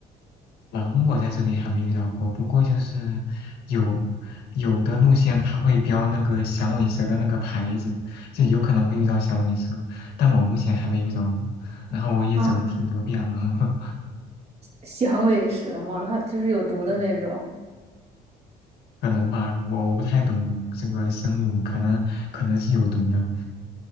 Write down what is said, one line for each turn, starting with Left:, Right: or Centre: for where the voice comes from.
Left: 狼我在这里还没遇到过，不过就是有有的路线它会标那个响尾蛇的那个牌子，就有可能会遇到响尾蛇，但我目前还没遇到过。然后我也走了挺多遍了，
Right: 啊，
Left: <laughs>
Right: 响尾蛇嘛，它就是有毒的那种。
Left: 嗯可能吧，我我不太懂这个生物，可能可能是有毒的，